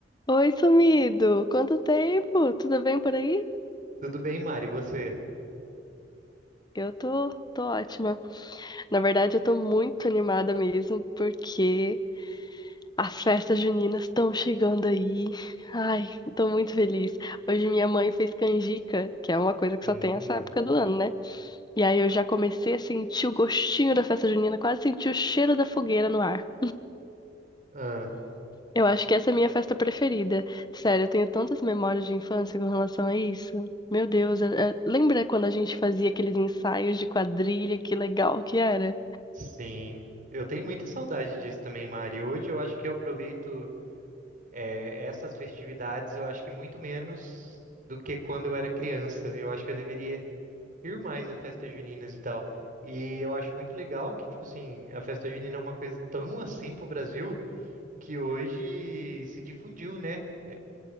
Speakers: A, on the left (about 25°); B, on the right (about 45°).
A: Oi, sumido! Quanto tempo? Tudo bem por aí?
B: Tudo bem, Mari, e você?
A: Eu tô, tô ótima. Na verdade, eu tô muito animada mesmo, porque as festas juninas estão chegando aí. Ai, tô muito feliz. Hoje minha mãe fez canjica, que é uma coisa que
B: Hum,
A: só tem essa época do ano, né? E aí eu já comecei a sentir o gostinho da festa junina, quase senti o cheiro da fogueira no ar.
B: Ah,
A: Eu acho que essa é a minha festa preferida. Sério, eu tenho tantas memórias de infância com relação a isso. Meu Deus, é- é- lembra quando a gente fazia aqueles ensaios de quadrilha? Que legal que era.
B: sim. Eu tenho muita saudade disso também, Mari. Hoje eu acho que eu aproveito eh, essas festividades, eu acho que muito menos do que quando eu era criança. Eu acho que eu deveria ir mais a festas juninas e tal. E eu acho muito legal que, tipo assim, a festa junina é uma coisa tão assim pro Brasil que hoje se difundiu, né?